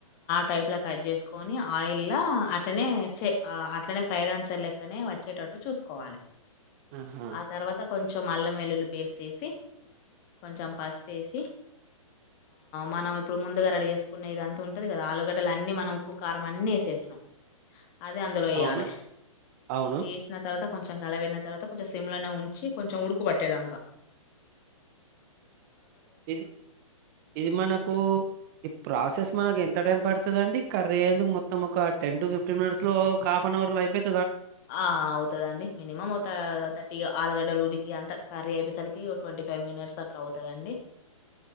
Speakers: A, on the left; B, on the right.
A: టై కట్ చేసుకని ఆయిల్ అట్నే అట్ ఫ్రైడ్ రన్స్ళ్ లెక్కనే వచ్చేటట్టు చూసుకోవాలి
B: ఆహా
A: ఆ తర్వాత కొంచం కొంచెం అల్లం వెల్లుల్లి పేస్ట్ వేసి కొంచెం పసుపుేసి మనం ఇప్పుడు ముందుగా రెడ చేేసుకునే ఇది అంతా ఉంటుంది కదా ఆలుగడ్డలు అన్నీ మనం ఉప్పు కారం అన్నీ వేసేసినాం అదే అందులో వయ్యాలి
B: అవును అవును
A: ఏస్తునా చత కొంచెం కలవన తర్వాత కొంచెం సిమ్లోనే ఉంచి కొంచెం ఉడుకు పట్టేదక
B: ఇది ఇది మనకు ఈ ప్రాసెస్ మనకి ఎంత టైం పడుతుంద అండి కర్ర అయేందుకు మొత్తం ఒక టెన్ టు ఫి్టీన్ మినిట్స్ లో హాఫ్ అన్ అవర్ లో అయిపోయి
A: ఆ అవుతుదండి మినిమం ఒక థర్టీగా ఆలుగడ్డల ఉడికి అంతా కర్రీ అయిపోేసరికి ట్వంటీ ఫైవ్ మినిట్స్ అట్లా అవుతుందండి